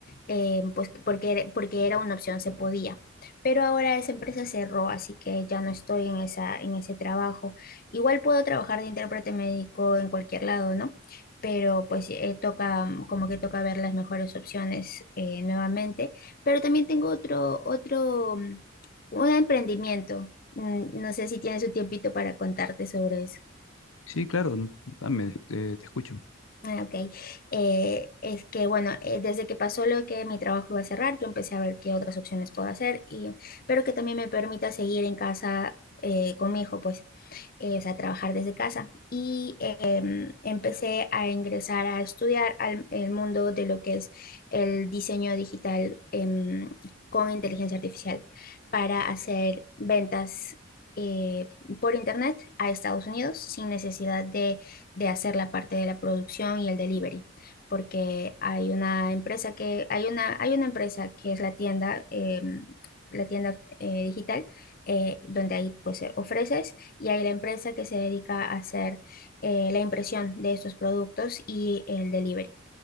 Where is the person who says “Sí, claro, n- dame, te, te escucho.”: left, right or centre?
Left